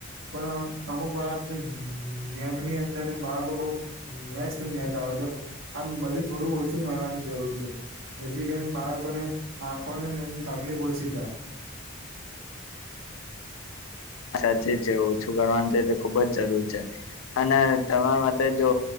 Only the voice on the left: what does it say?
સાચે જ ઓછું કરવાનું છે તે ખુબ જ જરૂર છે અને તમારા માટે જો